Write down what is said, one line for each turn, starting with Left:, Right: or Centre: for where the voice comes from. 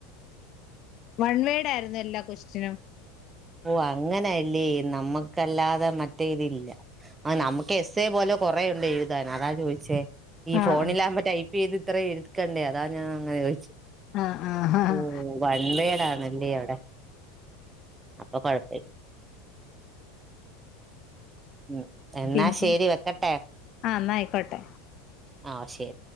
Left: വൺ വേഡ് ആയിരുന്നു എല്ലാ ക്വസ്റ്റ്യനും
Right: ഓ അങ്ങനെയല്ലേ നമ്മക്കല്ലാതെ മറ്റേ ഇതില്ല ആ നമുക്ക് എസ്സേ പോലെ കൊറേ ഉണ്ട് എഴുതാൻ അതാ ചോദിച്ചേ ഈ
Left: ആഹ്
Right: ഫോണിലാകുമ്പോ ടൈപ്പ് ചെയ്ത് ഇത്ര എടുക്കണ്ടേ അതാ ഞാൻ അങ്ങനെ ചോദിച്ചേ
Left: ആഹ് ആഹ് ആഹ് ആഹ്
Right: ഓ വൺവേടാണല്ലേ അവിടെ അപ്പൊ കൊഴപ്പല്ല ഉം എന്നാ
Left: പിന്നെ
Right: ശരി വെക്കട്ടെ
Left: ആഹ് എന്നാ ആയിക്കോട്ടെ
Right: ആ ശരി